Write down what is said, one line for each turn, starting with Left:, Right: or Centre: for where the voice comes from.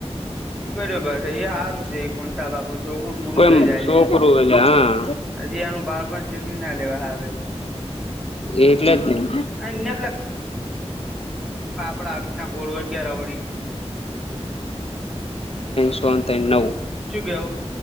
Centre: એ બરોબર છે, એ સારું છે, એ કોણતાા બાપડું છોકરું પૂરું
Left: કોઈ
Centre: થઈ જાય,
Left: છોકરું એટલે હા
Centre: હજી આનું બાળપણ શેનવી ના લેવાય.
Left: એટલે જ ને.
Centre: અને પણ આવી ના ગોળ તો આવડી.
Left: સો ત નવ
Centre: શું કેવું